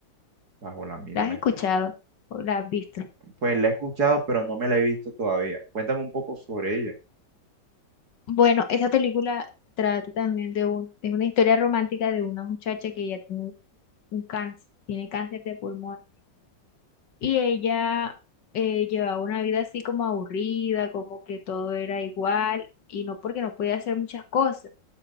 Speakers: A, on the right; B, on the left.
A: bajo la misma
B: ¿La has escuchado
A: este.
B: o la has visto?
A: Pues la he escuchado, pero no me la he visto todavía. Cuéntame un poco sobre ella.
B: Bueno, esa película trata también de un, es una historia romántica de una muchacha que ella tiene un cáncer, tiene cáncer de pulmón y ella eh, llevaba una vida así como aburrida, como que todo era igual y no porque no podía hacer muchas cosas.